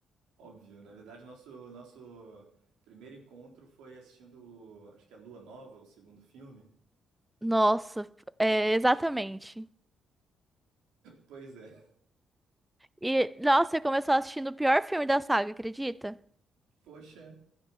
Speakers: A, on the right; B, in the centre.
A: Óbvio, na verdade, nosso nosso primeiro encontro foi assistindo, acho que é Lua Nova, o segundo filme.
B: Nossa, é, exatamente.
A: Pois é.
B: E, nossa, você começou assistindo o pior filme da saga, acredita?
A: Poxa,